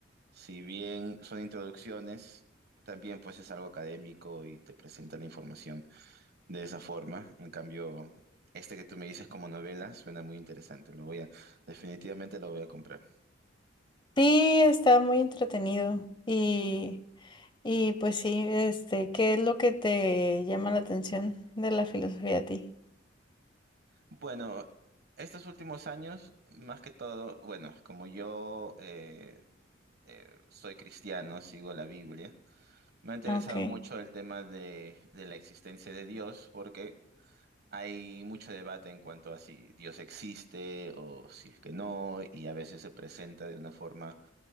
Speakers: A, on the right; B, on the left.
A: si bien son introducciones, también pues es algo académico y te presenta la información, de esa forma. En cambio, este que tú me dices como novela suena muy interesante. Lo voy a, definitivamente lo voy a comprar.
B: sí, está muy entretenido. Y, y pues sí, este, ¿qué es lo que te llama la atención de la filosofía a ti?
A: Bueno, estos últimos años, más que todo, bueno, como yo eh, eh, soy cristiano, sigo la Biblia, me ha interesado
B: Ok.
A: mucho el tema de, de la existencia de Dios porque... Hay mucho debate en cuanto a si Dios existe o si es que no, y a veces se presenta de una forma